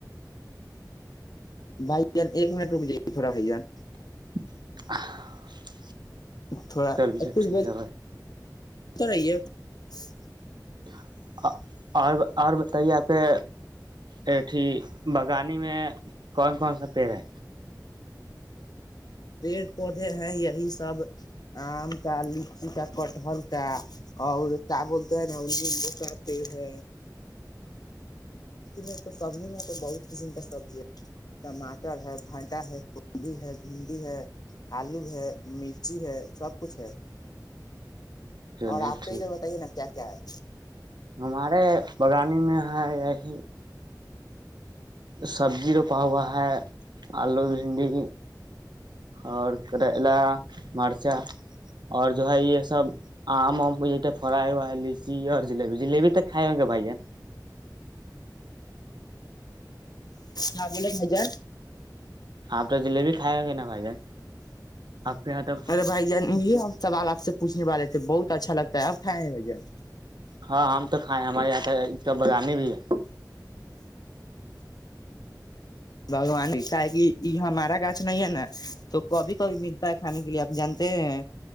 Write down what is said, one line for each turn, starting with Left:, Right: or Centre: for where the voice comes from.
Left: بھائی ایک منٹ رک جائے گ تھوڑا ہے جان
Right: <inaudible>
Left: تھوڑا
Right: چلیے
Left: کچھ
Right: ٹھیک
Left: بولتے
Right: ہے بھائی
Left: <inaudible>
Right: <inaudible> اور اور بتائیے آپ کے ایٹھی بگانی میں کون کون سا پیڑ ہے
Left: پیڑ پودے ہیں یہی سب آم کا لچی کا کٹہل کا اور کیا بولتے ہیں نا نمبو کا پیڑ ہے میں تو سبزی میں تو بہت قسم کا سبزی ٹماٹر ہے بٹا ہے کوبی ہے بھنڈ ی ہے آلو ہے مرچی ہے سب کچھ ہے
Right: چلیے
Left: اور آپ
Right: ٹھیک
Left: تو ا توھر بتائیے نا کیا کیا ہے
Right: ہمارے بگان پانی میں ہے یہ سبزی روپا ہوا ہے آلو بھنڈی اور کریلا مرچا اور جو ہے یہ سب آم وم یہ فرائی ہوا ہے لچی اور جبی جلیبی تو کائے ہوں گے بھائیین
Left: ہاں بولے مجا
Right: آپ تو جلیبی کھائائے گے نا بھائی جان آپ کے یہاں تو
Left: مرے بائی جان سوال آ سے پوچنے والے تھے بہت اچھا لگتا ہے ابھائے نہیں بھ جان
Right: ہاں ہم تو کھائےیں ہمارے یہاں اس کاب بغانے بھی ہے
Left: بھگوان کا کہ یہ ہمارا گاچھ نہیں ہے نا تو کبھی کبھی ملتا ہے کھانے کے لیے آپ جانتے ہیں